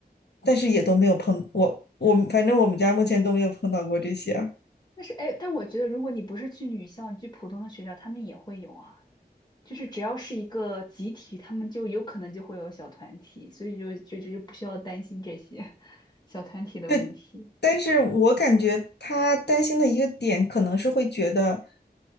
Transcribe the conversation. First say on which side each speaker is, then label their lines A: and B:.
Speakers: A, on the left; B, on the left.
A: 但是也都没有碰我我反正我们家目前都没有碰到过这些啊。
B: 但是哎，但我觉得如果你不是去女校，你去普通的学校，他们也会有啊。就是只要是一个集体，他们就有可能就会有小团体，所以就就就就不需要担心这些 <laughs> 小团体的问题。
A: 对，但是我感觉他担心的一个点，可能是会觉得